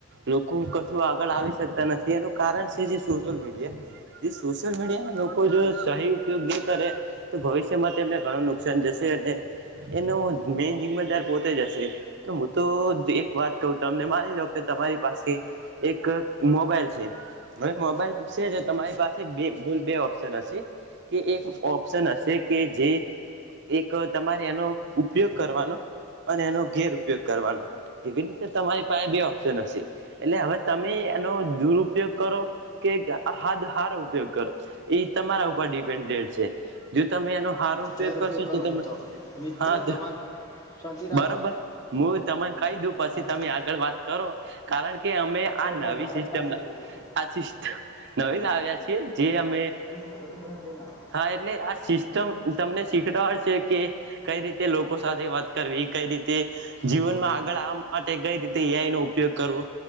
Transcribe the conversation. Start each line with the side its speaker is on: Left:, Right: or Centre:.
Right: લોકો કશું આગળ આવી શકતા નથી એનું કારણ શ છે. સોશિયલ મીડિયા- જે સોશિયલ મીડિયા ના લોકો જો સહી ઉપયોગ ન કરે તો ભવિષ્યમાં તેમને- ઘણું નુકસાન જશે અને એનો મેન જિમ્મેદાર પોતે જશે- તો હું તો એક વાત કઉ તમને માની લો કે તમારી પાસે- એક મોબાઈલ છે. હવે મોબાઈલ છે તમારી પાસે બે બૂલ બે ઓપ્શન હશે. કે એક ઓપ્શન હશે કે જે. એક તમારે એનો ઉપયોગ કરવાનો અને એનો ગેર ઉપયોગ કરવાનો. એવી રીતે તમારી પાસે બે ઓપ્શન હશે. એટલે હવે તમે એનો દુરપયોગ કરો કે હારો ઉપયોગ કરો. એ તમારા ઉપર ડિપેન્ડે છે જો તમે એનો સારો- પે
Left: ઘેર
Right: કરશો
Left: ઉપયોગ કરું
Right: તો તમે
Left: હું મિત્ર
Right: હા તો
Left: તમારે શાંતિ રાખો
Right: બરોબર- હું તમે કહી દઉ પછી
Left: હા
Right: તમે આગળ વાત કરો કારણ કે અમે-
Left: ભાઈ
Right: આ નવી
Left: ભાઈ મારે
Right: સિસ્ટમ
Left: જ કાઠું છે મિત્ર
Right: આ સિસ્ટમ નવી લાવ્યા છે જે અમે-
Left: વધધું બ-
Right: હા એટલે આ સિસ્ટમ- તમને શીખડવાડ છે કે કઈ રીતે લોકો સાથે વાત કરવી કઈ રીતે. જીવનમાં આગળ આ માટે કઈ રીતે એઆઈ નો ઉપયોગ કરવો.